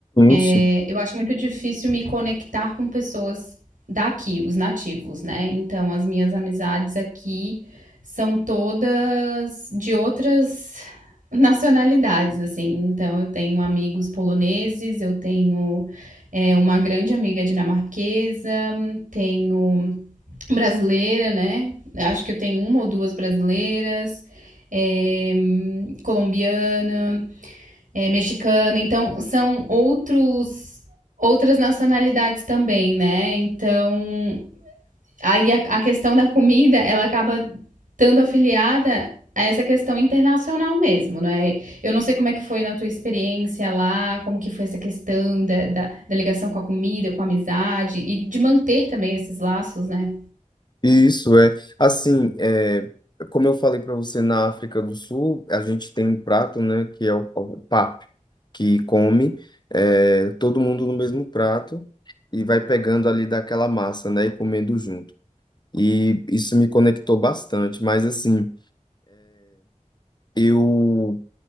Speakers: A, on the left; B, on the right.
A: Isso.
B: É, eu acho muito difícil me conectar com pessoas daqui, os nativos, né? Então, as minhas amizades aqui são todas de outras <laughs> nacionalidades, assim. Então, eu tenho amigos poloneses, eu tenho é, uma grande amiga dinamarquesa, tenho brasileira, né? Acho que eu tenho uma ou duas brasileiras, é, colombiana é, mexicano. Então, são outros outras nacionalidades também, né? Então, aí a, a questão da comida, ela acaba estando afiliada a essa questão internacional mesmo, né? Eu não sei como é que foi na tua experiência lá, como que foi essa questão da, da, da ligação com a comida, com a amizade e de manter também esses laços, né?
A: Isso é, assim, é, como eu falei para você, na África do Sul, a gente tem um prato, né, que é o, o pap, que come é, todo mundo no mesmo prato e vai pegando ali daquela massa, né, e comendo junto. E isso me conectou bastante, mas assim, Eu,